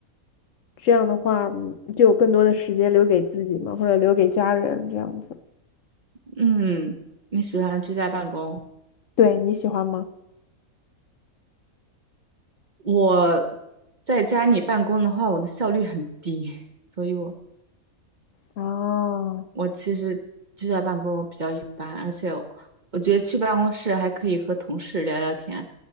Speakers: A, on the left; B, on the right.
A: 这样的话嗯就有更多的时间留给自己嘛，或者留给家人这样子。
B: 嗯，你喜欢居家办公？
A: 对，你喜欢吗？
B: 我在家里办公的话，我的效率很低，所以我
A: 哦，
B: 我其实居家办公比较一般，而且我我觉得去办公室还可以和同事聊聊天。